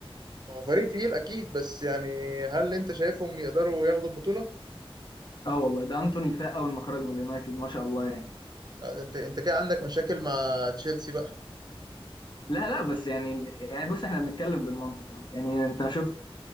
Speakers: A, on the right; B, on the left.
A: ما هو فريق تقيل أكيد بس يعني هل أنت شايفهم يقدروا ياخدوا البطولة؟
B: اه والله ده انتوني فاق اول ما خرج من اليونايتد ما شاء الله يعني
A: آه، أنت أنت كده عندك مشاكل مع تشيلسي بقى
B: لا لا بس يعني يعني بص احنا بنتكلم بالمنطق اهو يعني انت شفت